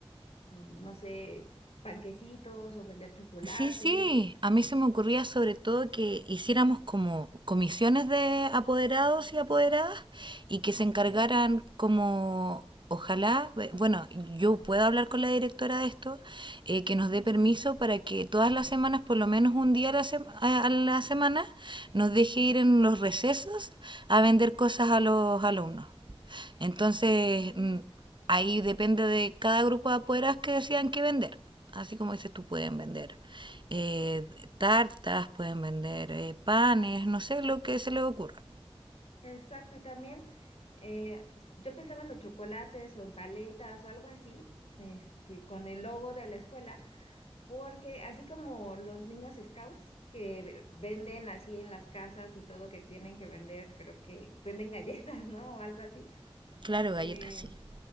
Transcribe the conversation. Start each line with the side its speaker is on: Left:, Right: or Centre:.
Left: mm, no sé, panquecitos o vender chocolates.
Right: Sí, sí, a mí se me ocurría sobre todo que hiciéramos como comisiones de apoderados y apoderadas y que
Left: Ok.
Right: se encargaran como, ojalá, eh, bueno, yo puedo hablar con la directora de esto, eh, que
Left: Ujú,
Right: nos dé permiso para que todas las semanas, por lo menos un día a la, sem- a a la semana, nos deje ir en los recesos a vender cosas a los alumnos. Entonces,
Left: ujú.
Right: mm, ahí depende de cada grupo de apoderados que decidan qué vender. Así como dices tú, pueden vender eh, tartas, pueden vender eh, panes, no sé lo que se les ocurra.
Left: Exacto, y también eh, s- yo pensaba en los chocolates o en paletas o algo así, este, con el logo de la escuela Porque así como los niños scouts que ve- venden así en las casas y todo que tienen que vender, creo que venden galletas, <laughs> ¿no? O algo así.
Right: Claro, galletas
Left: eh,
Right: sí.